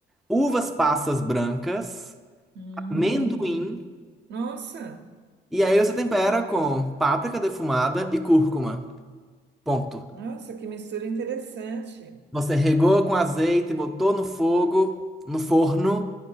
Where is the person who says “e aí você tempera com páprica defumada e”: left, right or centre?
Centre